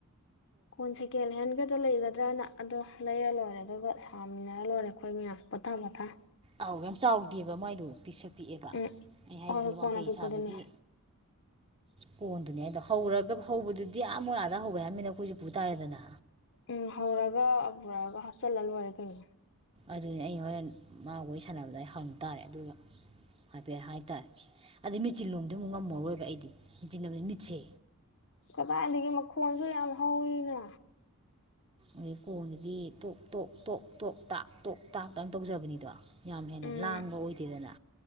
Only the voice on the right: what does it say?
ꯑꯥꯎ ꯌꯥꯝ ꯆꯥꯎꯗꯦꯕ ꯃꯥꯏꯗꯣ ꯄꯤꯁꯛ ꯄꯤꯛꯑꯦꯕ
ꯑꯩ ꯍꯥꯏꯖꯤꯅꯤ
ꯋꯥꯡꯒꯩ
ꯁꯥꯕꯒꯤ ꯀꯣꯟꯗꯨꯅꯦ ꯍꯥꯏꯗꯣ ꯍꯧꯔꯒ ꯍꯧꯕꯗꯨꯗꯤ ꯑꯥ ꯃꯣꯏ ꯑꯗꯥꯥ ꯍꯧꯌꯦ ꯍꯥꯏꯔꯃꯤꯅ ꯈꯣꯏꯖꯨ ꯄꯨ ꯇꯥꯔꯦꯗꯅ
ꯑꯗꯨꯅꯤ ꯑꯩ ꯍꯣꯔꯦꯟ ꯃꯥ ꯋꯥꯔꯤ ꯁꯥꯟꯅꯕꯗ ꯑꯩ ꯍꯪ ꯇꯥꯔꯦ ꯑꯗꯨꯒ ꯍꯥꯏꯐꯦꯠ ꯍꯥꯏꯇꯥꯔꯦ ꯑꯗꯩ ꯃꯦꯆꯤꯟ ꯂꯣꯝꯗ ꯑꯃꯨꯛ ꯉꯝꯃꯔꯣꯏꯕ ꯑꯩꯗꯤ ꯃꯦꯆꯤꯜ ꯂꯣꯝꯁꯦ ꯃꯤꯠꯁꯦ
ꯑꯩ ꯀꯣꯟꯗꯨꯗꯤ ꯇꯣꯛ ꯇꯣꯛ ꯇꯣꯛ ꯇꯣꯛ ꯇꯥꯛ ꯇꯣꯛ ꯇꯥꯛꯇꯪ ꯇꯧꯖꯕꯅꯤꯗꯣ ꯌꯥꯝ ꯍꯦꯟꯅ
ꯂꯥꯡꯕ ꯑꯣꯏꯗꯦꯗꯅ